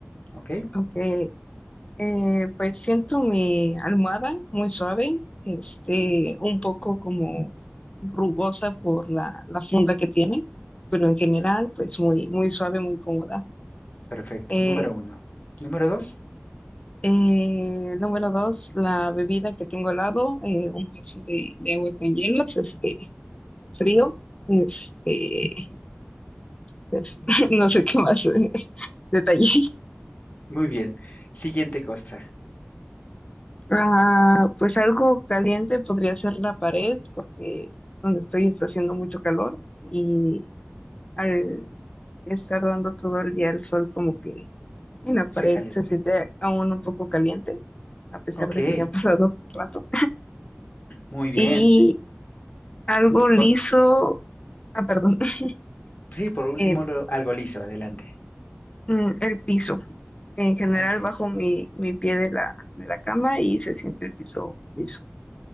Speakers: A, on the left (about 40°); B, on the left (about 25°).
A: ¿Ok?
B: ok. Eh, pues siento mi almohada muy suave, este, un poco como rugosa por la, la funda que tiene, pero en general, pues muy, muy suave, muy cómoda.
A: Perfecto.
B: Eh,
A: Número uno. Número dos.
B: eh, número dos, la bebida que tengo al lado, eh, un vaso de, de agua con hielos, este, frío, este, pues, <laughs> no sé qué más eh, detalle.
A: Muy bien. Siguiente cosa.
B: Ah, pues algo caliente podría ser la pared, porque donde estoy está haciendo mucho calor y al estar dando todo el día el sol como que en la pared
A: Se calienta.
B: se siente aún un poco caliente, a pesar
A: Ok,
B: de que ya ha <laughs> pasado rato.
A: Muy bien.
B: Y algo liso,
A: Por,
B: ah, perdón, <laughs>
A: sí, por último,
B: el,
A: lo- algo liso, adelante.
B: mm, el piso. En general
A: Ok,
B: bajo mi, mi pie de la, de la cama y se siente el piso liso.